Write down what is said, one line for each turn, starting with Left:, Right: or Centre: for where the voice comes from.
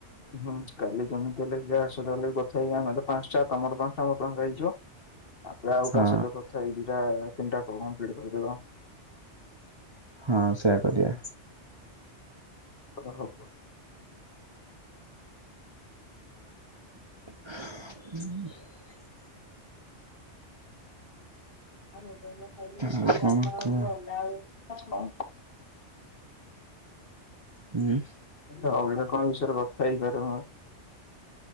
Left: ହୁଁ କାଲି ଯେମିତି ହେଲେ ଯା ସହିତ ହେଲେ ବି କଥା ହେଇକି ଆମେ ତ ପାଞ୍ଚଟା ତମର ପାଞ୍ଚଟା ମୋର ପାଞ୍ଚଟା ହେଇଯିବ ତାପରେ ଆଉ
Right: ହଁ
Left: କାହା ସହିତ କଥା ହେଇଯି ତାର ତିନିଟା କମ୍ଲିଟ କରିଦେବ।
Right: ହଁ ସେୟା କରିବା।
Left: ଏଟା ହବ
Right: ହୁଁ।
Left: ଆମେ ତ ଏଇନା ଖାଇବୁ ରୁଟି
Right: ଆଉ କଣ
Left: ଖାଇମୁ
Right: କୁହ
Left: ଆଉ ଏ ଅଣ୍ଡା ଆ
Right: ଉଁ
Left: ହେଲେ ଅଲଗା କଣ ବିଷୟରେ କଥା ହେଇପାରେ ମୁଁ